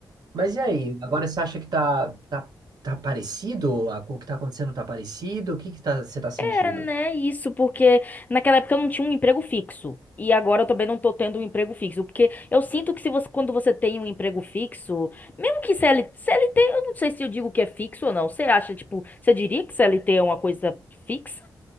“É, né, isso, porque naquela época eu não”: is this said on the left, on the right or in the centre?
Left